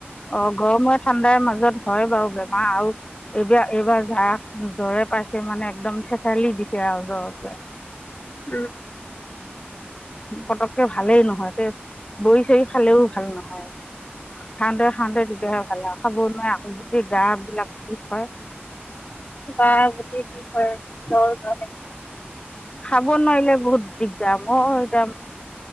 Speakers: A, on the left; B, on the left.
A: অ গৰম আৰু ঠাণ্ডাৰ মাজত হয় বাৰু বেমাৰ আৰু এইবাৰ এইবাৰ জাক জ্বৰে পাইছে মানে একদম থেঠালি দিছে আৰু জ্বৰটো ৱে
B: উম
A: উ পতককে ভালেই নহয় তে বৰি চৰি খালেও ভাল নহয় খাওঁতে স দোলে খাব নোৱাৰ <unintelligible> গোটেই গা বিলাক কি হয়।
B: বা গোটেই দিন জ্বৰ জ্বৰ লাগে
A: খাব নোৱাৰিলে বহুত দিগদাৰ অ যাম।